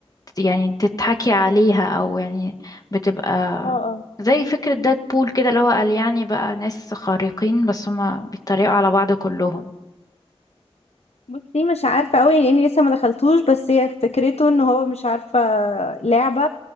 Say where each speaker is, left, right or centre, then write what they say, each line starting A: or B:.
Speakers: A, on the left; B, on the left.
A: يعني تتحكي عليها أو يعني بتبقى
B: اه اه
A: زي فكرة بول كده اللي هو قال يعني بقى ناس خارقين بس هما بيتريقوا على بعض كلهم
B: بصي مش عارفة قوي لأني لسه ما دخلتوش بس هي فكرته إن هو مش عارفة لعبة